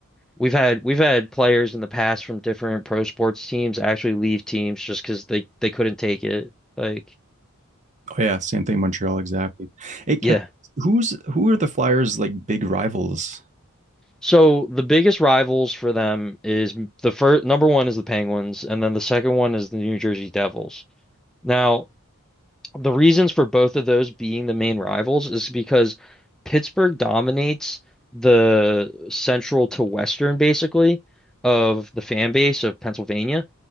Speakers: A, in the centre; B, on the right.
A: We've had we've had players in the past from different pro sports teams actually leave teams just because they they couldn't take it. Like,
B: oh yeah, same thing, Montreal, exactly. Hey, can
A: yeah.
B: who's who are the Flyers' like big rivals?
A: So the biggest rivals for them is the first number one is the Penguins, and then the second one is the New Jersey Devils. Now, the reasons for both of those being the main rivals is because Pittsburgh dominates the central to western basically of the fan base of Pennsylvania.